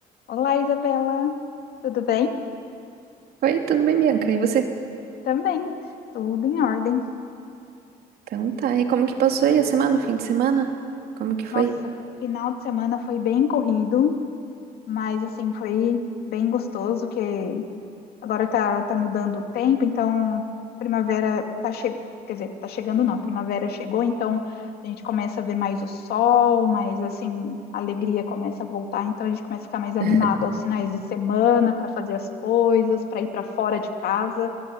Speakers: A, on the left; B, on the right.
A: Olá, Isabela. Tudo bem?
B: Oi, tudo bem, Bianca? E você?
A: Também, tudo em ordem.
B: Então tá. E como que passou aí a semana, o fim de semana? Como que foi?
A: Nossa, final de semana foi bem corrido, mas assim, foi bem gostoso que agora tá, tá mudando o tempo, então primavera tá chegando, quer dizer, tá chegando não, primavera chegou, então a gente começa a ver mais o sol, mas assim, a alegria começa a voltar, então a gente começa a ficar mais animado
B: <laughs>
A: aos finais de semana para fazer as coisas, para ir para fora de casa.